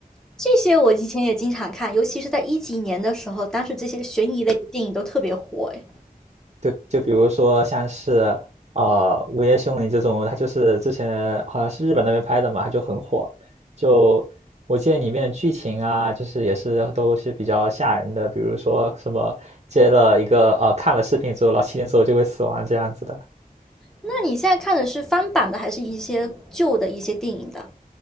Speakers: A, in the centre; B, on the right (about 45°).
A: 这些我以前也经常看，尤其是在一几年的时候，当时这些悬疑类的电影都特别火诶。
B: 对，就比如说像是呃《午夜凶铃》这种，它就是之前好像是日本那边拍的嘛，它就很火。就我记得里面的剧情啊，就是也是都是比较吓人的，比如说什么接了一个呃看了视频之后，然后七天之后就会死亡这样子的。
A: 那你现在看的是翻版的，还是一些旧的一些电影的？